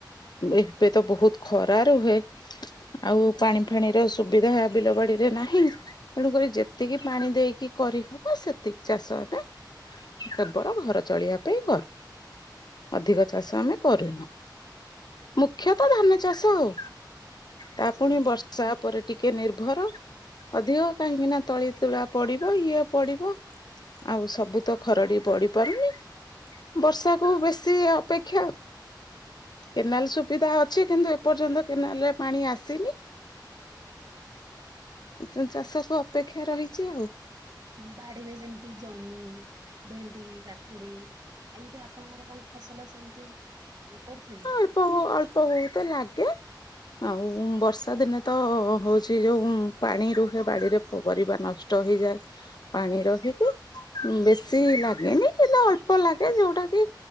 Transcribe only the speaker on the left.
ଏବେ ତ ବହୁତ ଖରା ରୁହେ। ଆଉ ପାଣି ଫାଣିର ସୁବିଧା ବିଲ ବାଡିରେ ନାହିଁ!। ତେଣୁକରି ଯେତିକି ପାଣି ଦେଇକି କରିହବ ସେତିକି ଚାଷ ଏବେ କେବଳ ଘର ଚଳିବା ପାଇଁ କରୁ ଅଧିକ ଚାଷ ଆମେ କରୁନା ମୁଖ୍ୟତ ଧାନ ଚାଷ ଆଉ। ତା
ପୁଣି ବର୍ଷା ଉପରେ ଟିକେ ନିର୍ଭର ଅଧିକ କାହିଁକି ନା ତଳି ତୁଳା ପଡିବ ଇଏ ପଡିବ ଆଉ ସବୁ ତ ଖରଡ଼ି ପଡି ପାରୁନି। ବର୍ଷାକୁ ବେଶୀ ଅପେକ୍ଷା। କେନାଲ
ସୁବିଧା ଅଛି କିନ୍ତୁ ଏପର୍ଯ୍ୟନ୍ତ କେନାଲରେ ପାଣି ଆସିନି। ଚାଷ କୁ ଅପେକ୍ଷା ରହିଛି ଆଉ।
ତାକୁ ଅଳ୍ପ ଅଳ୍ପ ବହୁତ ଲାଗେ ଆଉ ବର୍ଷା ଦିନେ ତ ହୋଉଛି ଯୋଉ ପାଣି ରୁହେ ବାଡିରେ ପରିବା ନଷ୍ଟ ଷ୍ଟ ହେଇଯାଏ। ପାଣି ରହିକି ବେଶୀ ଲାଗେନି କିନ୍ତୁ ଅଳ୍ପ ଲାଗେ ଯୋଉଟା କି